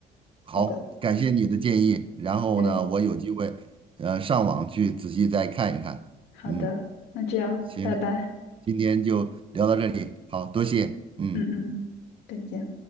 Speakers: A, on the right (about 30°); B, on the left (about 85°).
A: 好，
B: 好的，
A: 感谢你的建议。然后呢，
B: 对，
A: 我有机会，呃，上网去仔细再看一看。
B: 好的，
A: 嗯，
B: 那这样，
A: 行，
B: 拜拜。
A: 今天就聊到这里，好，多谢，嗯。
B: 嗯嗯，再见。